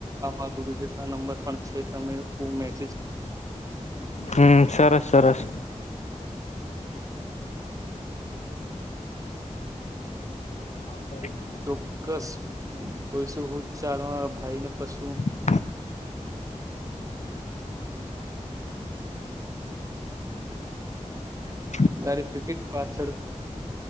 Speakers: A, on the right; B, on the left.
A: અરો વિઝિટ ના નંબર પણ છે તમે હું મેસેજ
B: હમ સરસ સરસ હા ભાઈ.
A: ચોક્કસ પસો હું ચાડવા ભાઈ ને પશુ.
B: <unintelligible> મ <unintelligible>
A: ત્યારે ક્રિકેટ પાછળ